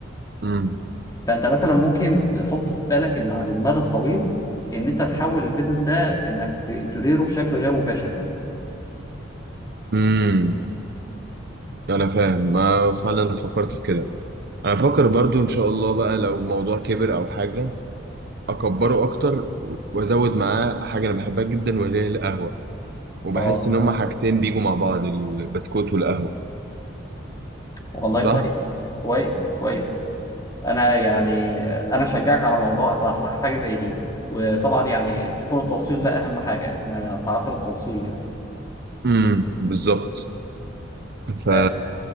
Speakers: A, on the right; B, on the left.
A: امم
B: فانت مثلا ممكن تحط في بالك ان على المدى الطويل ان انت تحول البيزنس ده انك ت- تديره بشكل غير مباشر
A: امم انا فاهم ما فعلا فكرت في كده انا بفكر برضو ان شاء الله بقى لو الموضوع كبر او حاجه اكبره اكتر و- وازود معاه حاجه انا بحبها جدا وهي القهوه وبحس
B: اه
A: ان هما حاجتين بيجوا مع بعض البسكوت والقهوة
B: والله
A: صح؟
B: كويس كويس كويس انا يعني انا اشجعك على موضوع على على حاجه زي دي وطبعا يعني تكون التوصيل ده اهم حاجه احنا في عصر التوصيل يعني
A: امم بالظبط ف
B: آه،